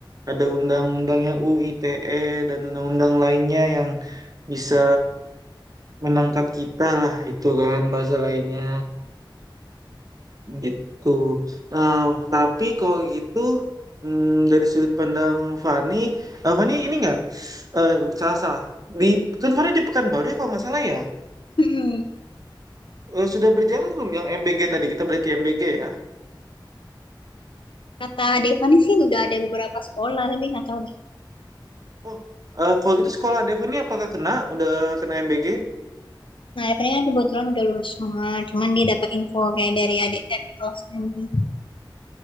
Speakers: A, on the right (about 45°); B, on the left (about 75°).
A: ada undang-undangnya UITE dan undang-undang lainnya yang bisa menangkap kita lah itu kan bahasa lainnya Itu. Nah, tapi kalau gitu hmm, dari sudut pandang Fani, eh, Fani ini nggak eh, salah salah. Di kan Fani di Pekanbaru ya kalau nggak salah ya.
B: Mm-mm.
A: Eh, sudah berjalan belum yang MBG tadi kita balik ke MBG ya.
B: Kata Devani sih udah ada beberapa sekolah tapi nggak tahu nih.
A: Oh, eh, kalau gitu sekolah Devani apakah kena? Udah kena MBG?
B: Nah Devani kan kebetulan udah lulus semua, cuman dia dapat info kayak dari adik dari kelasnya gitu.